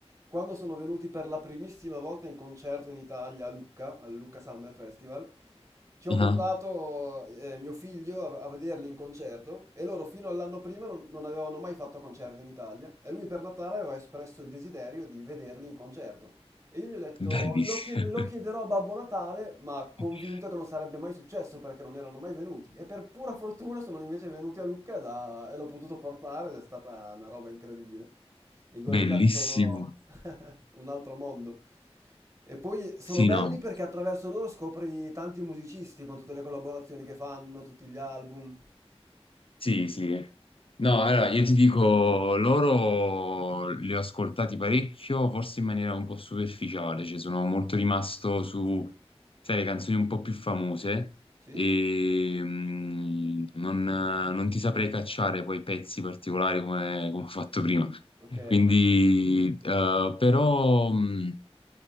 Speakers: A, on the right; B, on the left.
A: quando sono venuti per la primissima volta in concerto in Italia a Lucca, al Lucca Summer Festival, ci ho
B: Ah,
A: portato eh, mio figlio a, a vederli in concerto e loro fino all'anno prima non, non avevano mai fatto concerti in Italia e lui per Natale aveva espresso il desiderio di vederli in concerto. E io gli ho detto,
B: Bellissimo.
A: lo chied- lo chiederò a Babbo Natale, ma convinto
B: <laughs>
A: che non sarebbe mai successo perché non erano mai venuti. E per pura fortuna sono invece venuti a Lucca da- e l'ho potuto portare ed è stata una roba incredibile. I gorilla
B: Bellissimo.
A: sono <laughs> un altro mondo. E poi sono
B: Sì,
A: belli
B: no.
A: perché attraverso loro scopri tanti musicisti con tutte le collaborazioni che fanno, tutti gli album.
B: Sì, sì. No, allora io ti dico, loro li ho ascoltati parecchio, forse in maniera un po' superficiale, cioè sono molto rimasto su, sai, le canzoni un po' più famose
A: Sì?
B: e mm, non, non ti saprei cacciare poi pezzi particolari come, come ho fatto prima.
A: Ok.
B: Quindi, eh, però, mm,